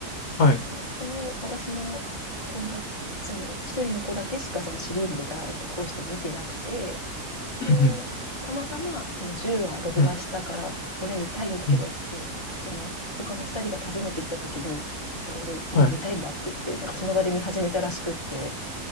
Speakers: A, on the left; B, on the left.
A: はい。
B: あの、その私の友達、その一人の子だけしかそのシリーズでだーっと通して見てなくて、で、
A: うん。
B: たまたま、その10話録画したから、
A: うんはい。
B: 俺見たいんだけどって、
A: うん。
B: その、他の2人が訪ねてきた時に、俺今見たいんだって言って、
A: はい。
B: なんかその場で見始めたらしくって、